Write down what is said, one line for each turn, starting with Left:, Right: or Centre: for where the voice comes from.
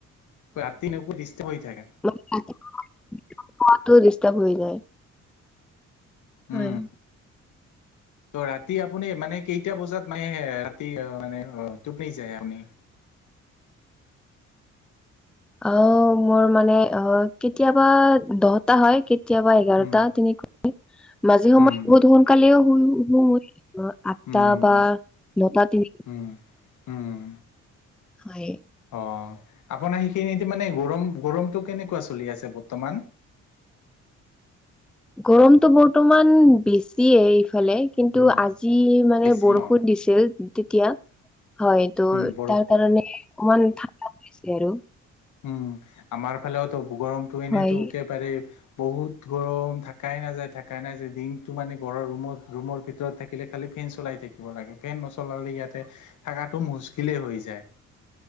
Left: ৰাতি নপা ডিষ্টাৰ্ব হৈ থাকে।
Centre: পঢ়াতো ডিষ্টাৰ্ব হৈ যায়। হয়
Left: উম ত ৰাতি আপুনি মানে কেইটা বজাত মানে ৰাতি মানে টোপনি যায় আপুনি
Centre: অ' মোৰ মানে অ কেতিয়াবা দহটা হয় কেতিয়াবা এঘাৰটা
Left: উম
Centre: তেনে মাজে সময়ে
Left: উম
Centre: বহুত সোনকালেও শুও আঠটা
Left: উম
Centre: বা নটা তিনি
Left: উম উম
Centre: হয়
Left: অ' আপোনাৰ সেইখিনি এতিয়া মানে গৰম গৰমটো কেনেকুৱা চলি আছে বৰ্তমান
Centre: গৰমটো বৰ্তমান বেছিয়ে এইফালে কিন্তু
Left: উম
Centre: আজি মানে
Left: বেছি
Centre: বৰষুণ
Left: ন
Centre: দিছিল তেতিয়া হয় তোৰ
Left: উম বৰষুণ
Centre: তাৰ কাৰণে অকমান ঠাণ্ডা হৈ যায় আৰু
Left: উম আমাৰ ফালেওতো গৰমটো এনেইতো
Centre: হয়।
Left: একেবাৰে বহুত গৰম থাকাই নাযায় থাকাই নাযায় দিনটো মানে ঘৰৰ ৰুমত ৰুমৰ ভিতৰত থাকে থাকিলে খালি ফেন চলাই থাকিব লাগে ফেন নচলালে ইয়াত থকাটো মুসকিলেই হৈ যায়